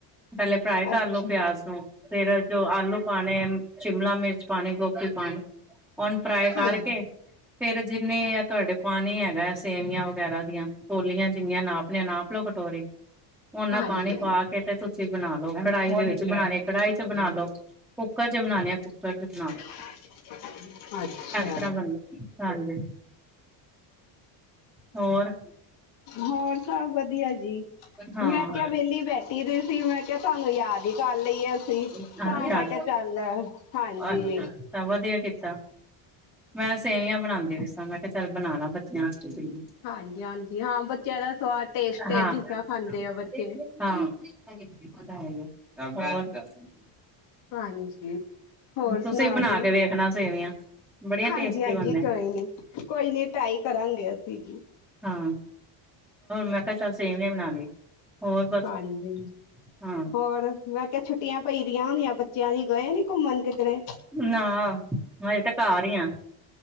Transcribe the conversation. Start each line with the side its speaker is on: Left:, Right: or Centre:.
Centre: ਪਹਿਲੇ ਫਰਾਈ ਕਰ
Left: ਅੱਛਾ
Centre: ਲੋ ਪਿਆਜ ਨੂੰ, ਫੇਰ ਜੋ ਆਲੂ ਪਾਣੇ, ਸ਼ਿਮਲਾ ਮਿਰਚ ਗੋਭੀ ਪਾਨੀ ਉਹਨੂੰ ਫਰਾਈ
Left: ਹਾਂਜੀ
Centre: ਕਰਕੇ ਫੇਰ ਜਿੰਨੇ ਆ ਤੁਹਾਡੇ ਪਾਣੀ ਹੈਗਾ, ਸੇਵੀਆਂ ਵਗੈਰਾ ਦੀਆਂ ਕੋਲੀਆਂ ਜਿੰਨੀਆਂ ਨਾਪਨੀਆਂ ਨਾਪ ਲਓ। ਕਟੋਰੀ- ਓਨਾ
Left: ਹਾਂਜੀ
Centre: ਪਾਣੀ
Left: ਹਾਂਜੀ
Centre: ਪਾ ਕੇ ਤੇ ਬਣਾ ਲੋ। ਕੜਾਹੀ ਦੇ ਵਿੱਚ ਬਣਾਉਣੇ ਕੜਾਹੀ ਚ ਬਣਾ ਲੋ, ਕੁੱਕਰ ਚ ਬਣਾਉਣੇ ਆ ਕੁੱਕਰ ਚ ਬਣਾ ਲੋ।
Left: ਅੱਛਾ। ਅੱਛਾ।
Centre: ਇਸ ਤਰ੍ਹਾਂ ਬਣਦੇ ਹਾਂਜੀ ਹੋਰ
Left: ਹੋਰ। ਸਭ ਵਧੀਆ ਜੀ,
Centre: ਹਾਂ
Left: ਮੈਂ ਕਿਹਾ ਵਿਹਲੀ ਬੈਠੀ ਸੀ। ਮੈਂ ਕਿਹਾ ਤੁਹਾਨੂੰ ਯਾਦ ਹੀ ਕਰ ਲਈਏ ਅਸੀਂ,
Centre: ਅੱਛਾ
Left: ਤਾਂ ਮੈਂ ਕਿਹਾ ਚੱਲ, ਹਾਂਜੀ।
Centre: ਅੱਛਾ ਤਾਂ ਵਧੀਆ ਕੀਤਾ। ਮੈਂ ਸੇਵੀਆਂ ਬਣਾਂਦੀ ਪਈ ਸੀ। ਮੈਂ ਕਿਹਾ ਚੱਲ ਬਣਾ ਲਵਾਂ ਬੱਚਿਆਂ ਵਾਸਤੇ। ਸੇਵੀਆਂ
Left: ਹਾਂਜੀ-ਹਾਂਜੀ ਹਾਂ, ਬੱਚਿਆਂ ਦਾ ਸਵਾਦ।
Centre: ਹਾਂ-ਹਾਂ।
Left: ਟੇਸਟ ਏ ਜਿਸ ਤਰ੍ਹਾਂ ਖਾਂਦੇ ਆ ਬੱਚੇ
Centre: <unintelligible>
Left: ਹਾਂਜੀ, ਹੋਰ
Centre: ਤੁਸੀਂ
Left: ਸੁਣਾਓ
Centre: ਬਣਾ
Left: ਜੀ।
Centre: ਕੇ ਵੇਖਣਾ ਸੇਵੀਆਂ ਬੜੀਆਂ
Left: ਹਾਂਜੀ
Centre: ਟੇਸਟੀ
Left: ਹਾਂਜੀ
Centre: ਬਣਦੇ
Left: ਕੋਈ ਨੀ ਕੋਈ ਨੀ ਟਰਾਈ ਕਰਾਂਗੇ ਅਸੀਂ ਜੀ
Centre: ਹਾਂ ਮੈਂ ਕਿਹਾ ਚੱਲ ਹੋਰ ਸੇਮੀਆ ਬਣਾ ਲਈ ਹੋਰ ਬਸ
Left: ਹਾਂਜੀ
Centre: ਹਾਂ
Left: ਹੋਰ ਮੈਂ ਕਿਹਾ ਛੁੱਟੀਆਂ ਪਈਆਂ ਦੀਆਂ ਹੋਣੀਆਂ ਬੱਚਿਆਂ ਦੀ ਗਏ ਨੇ ਘੁੰਮਣ ਕਿਧਰੇ
Centre: ਨਾ ਹਜੇ ਤਾਂ ਘਰ ਹੀ ਆ